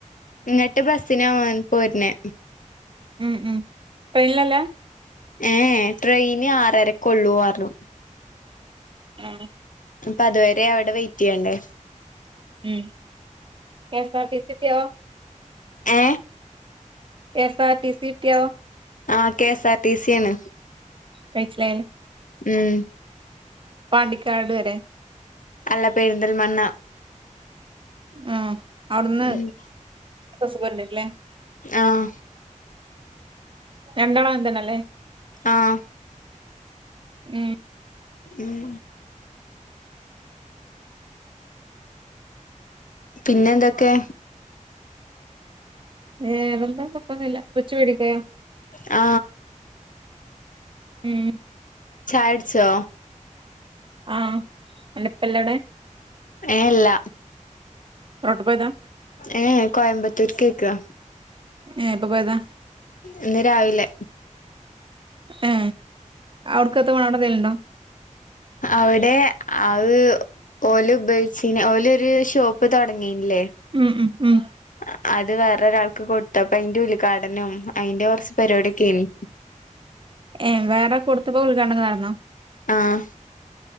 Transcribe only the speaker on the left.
ഇങ്ങട്ട് ബസ്സിനാ പോരുന്നെ
ഏ ട്രെയിന് ആറരക്കുള്ളു പറഞ്ഞു
അപ്പൊ അതുവരെ അവിടെ വെയിറ്റ് ചെയ്യണ്ടേ
ഏ
ആഹ കെഎസ് ആർ ടി സി ആണ്
ഉം
അല്ല പെരിന്തൽമണ്ണ
ഉം
ആഹ
ആഹ
ഉം പിന്നെന്തൊക്കെ
ആ
ചായട്പ്പോ
ഏല്ല
ഏ കോയമ്പത്തൂർക്കോയ്ക്ക.
ഇന്ന് രാവിലെ
അവിടെ അഅ് ഓല് ഉപയോഗിച്ചിന ഓല് ഒരു ഷോപ്പ് തൊട്ങ്ങി. ല്ലേ
അ. അത് വേറെരാൾക്ക് കൊട്ത്തപ്പൊ ഐൻ്റെ ഉൽഘാടനും ഐൻ്റെ കൊർച്ച് പരിപാടിഒകനി.
ആഹ്